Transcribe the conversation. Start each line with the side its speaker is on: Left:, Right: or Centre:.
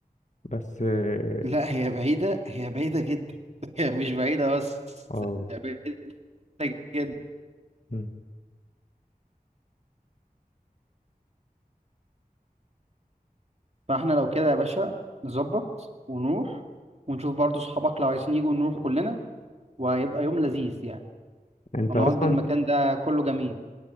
Left: بس اه
Right: لا هي بعيدة هي بعيدة جدا <laughs> هي مش بعيدة بس
Left: آه.
Right: هي بعيدة جدا
Left: مم.
Right: فاحنا لو كده يا باشا نظبط ونروح ونشوف برضو صحابك لو عايزين يجوا نروح كلنا وهيبقى يوم لذيذ يعني
Left: انت
Right: هنقضي
Left: اصلا
Right: المكان ده كله جميل